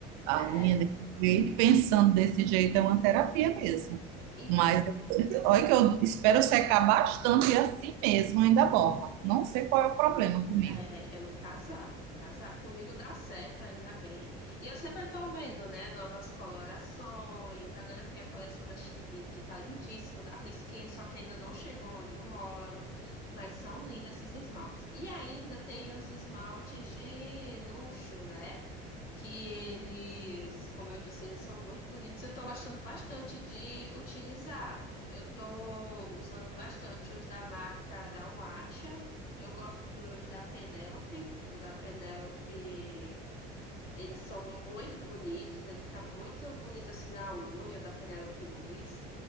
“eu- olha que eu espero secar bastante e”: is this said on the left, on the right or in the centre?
Right